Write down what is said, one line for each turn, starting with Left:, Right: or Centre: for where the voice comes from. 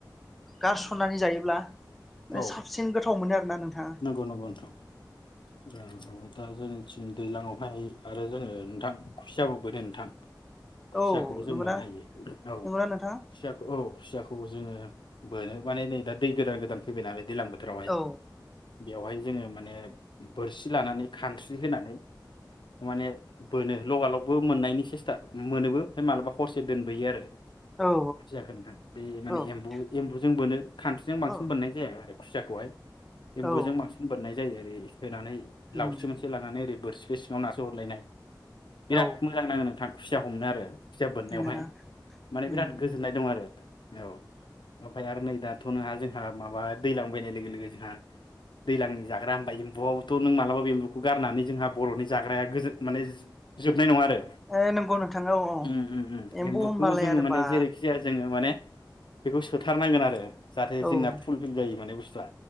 Centre: गारसननानै जायोब्ला माने
Left: औ
Centre: साबसिन गोथाव मोनो आरो ना नोंथां
Left: नंगौ नंगौ नोंथां औ ओमफ्राय दा जोंथिं दैलाङावहाय आरो जोङो नोंथां खुसियाबो बोनो नोंथां खुसियाखौबो
Centre: औ
Left: जों
Centre: नंगौना
Left: मोननो हायो औ
Centre: नंगौना नोंथां
Left: खुसियाखौ औ खुसियाखौ जोङो बोनो माने नै दा दै गोदान गोदान फैबाय नालाय दैलां बोथोरावहाय
Centre: औ
Left: बेवहाय जोङो माने बोरसि लानानै खानस्रि होनानै माने बोनो लगालगबो मोननायनि सेस्था मोनोबो ओमफ्राय मालाबा हरसे दोनबोयो आरो
Centre: औ
Left: खुसियाखो नोंथां बे माने
Centre: औ
Left: एम्बु एम्बुजों बोनो खानस्रिजों बांसिन
Centre: औ
Left: बोननाय जाया आरो खुसियाखौहाय एम्बुजों
Centre: औ
Left: बांसिन बोननाय जायो आरो बे होनानै लावथि
Centre: उम
Left: मोनसे लानानै ओरै बोरसि बे सिङाव नारसो हरलायनाय बिराद
Centre: औ
Left: मोजां नाङो नोंथां खुसिया हमनो आरो खुसिया बोननायावहाय
Centre: नंगौना
Left: माने
Centre: उम
Left: बिराद गोजोननाय दं आरो औ ओमफ्राय आरो नै दाथ' नोंहा जोंहा माबा दैज्लां फैनाय लोगो लोगो जोंहा दैलांनि जाग्रा हामबायो बआवथ' नों मालाबा एम्बुखौ गारनानै जोंहा बर'नि जाग्राया गोजोन माने जोबनाय नङा आरो
Centre: ओ नंगौ नोंथां औ औ
Left: उम उम उम
Centre: एम्बु
Left: एम्बुखौ
Centre: होमबालाय
Left: जोङो
Centre: आरो
Left: माने
Centre: बा
Left: जेरैखि जाया जोङो माने बेखौ सोथारनांगोन आरो जाहाथे जोंना
Centre: औ
Left: फुल फिल जायो माने बुस्थुआ